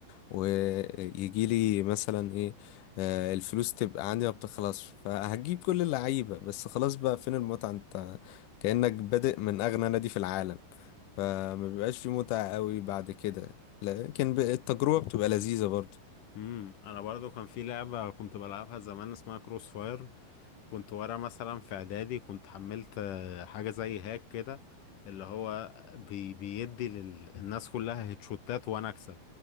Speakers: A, on the left; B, on the left.
A: ويجي لي مثلا ايه آه، الفلوس تبقى عندي ما بتخلصش فهجيب كل اللعيبة بس خلاص بقى فين المتعة انت كأنك بادئ من أغنى نادي في العالم فما بيبقاش في متعة قوي بعد كده لكن ب- التجربة بتبقى لذيذة برضو
B: امم انا برضو كان في لعبه كنت بلعبها زمان اسمها كروس فاير كنت ورا مثلا في اعدادي كنت حملت آه، حاجة زي هاك كده اللي هو بي بيدي للناس كلها هيتشوتات وانا اكسب